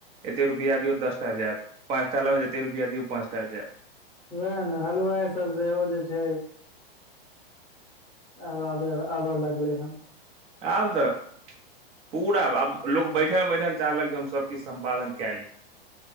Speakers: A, on the right (about 20°); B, in the centre.
A: एते रुपआ दियौ दसटा जायत पाँचटा लेै जेते रुपआ दिय पाँचटा जाइत
B: वएह ने हलुवाइ सब सेहो जे छै आब आब आबऽ लगलै हन
A: आब तऽ पूरा आब लोग बैठल बैठल चाहलक क हम सब किछ सम्पादन क ली